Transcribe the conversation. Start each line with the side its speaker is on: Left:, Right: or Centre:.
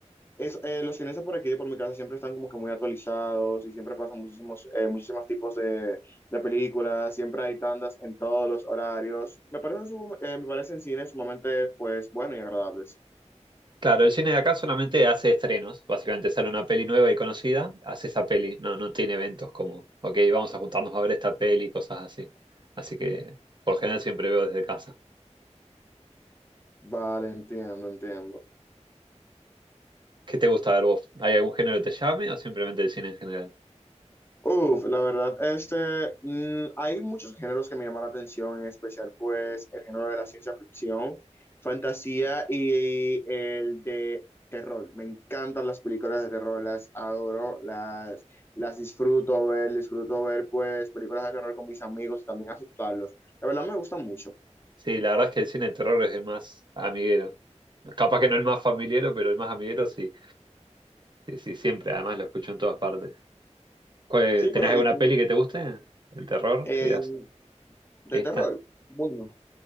Left: es, eh, los cines de por aquí, de por mi casa, siempre están como que muy actualizados y siempre pasan muchísimos, eh, muchísimos tipos de, de películas, siempre hay tandas en todos los horarios. Me parecen, su- eh, me parecen cines sumamente, pues, bueno y agradables.
Right: Claro, el cine de acá solamente hace estrenos. Básicamente sale una peli nueva y conocida, hace esa peli. No, no tiene eventos como, ok, vamos a juntarnos a ver esta peli, cosas así. Así que, por general, siempre veo desde casa.
Left: Vale, entiendo, entiendo.
Right: ¿Qué te gusta ver vos? ¿Hay algún género que te llame o simplemente el cine en general?
Left: Uf, la verdad, este, mm, hay muchos géneros que me llaman la atención, en especial pues el género de la ciencia ficción, fantasía y, el de terror. Me encantan las películas de terror, las adoro, las, las disfruto ver, disfruto ver pues películas de terror con mis amigos y también asustarlos. La verdad me gustan mucho.
Right: Sí, la verdad es que el cine de terror es el más amiguero. Capaz que no el más familiero, pero el más amiguero sí. Sí, sí, siempre. Además lo escucho en todas partes. ¿Cuál-
Left: Sí, pero
Right: ¿Tenés alguna
Left: ¿y tú?
Right: peli que te guste? ¿El terror?
Left: Eh,
Right: ¿Qué digas?
Left: de
Right: Esta.
Left: terror. Bueno.